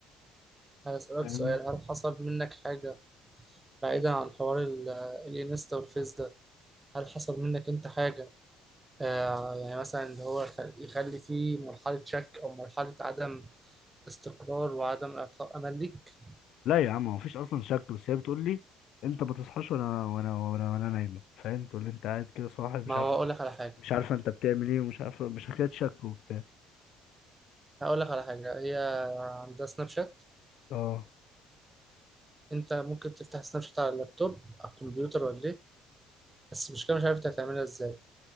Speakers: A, on the right; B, on the left.
A: هسألك
B: فاهمني
A: سؤال هل حصل منك حاجه بعيدا عن حوار ال- الانستا والفيس ده هل حصل منك انت حاجه آه، يعني مثلا اللي هو يخ- يخلي فيه مرحله شك او مرحله عدم استقرار وعدم إعطاء أمل ليك
B: لا يا عم هو مفيش أصلا شك بس هي بتقول لي أنت ما تصحاش وأنا وأنا وأنا وأنا نايمة فاهم تقول لي أنت قاعد كده صاحي مش
A: ما هو
B: عارف
A: أقول لك على حاجة
B: مش عارفة أنت بتعمل إيه ومش عارفة مش حكاية شك وبتاع
A: هقول لك على حاجة هي عندها سناب شات
B: أه
A: أنت ممكن تفتح سناب شات على اللابتوب على الكمبيوتر ولا إيه بس المشكلة مش عارف أنت هتعملها إزاي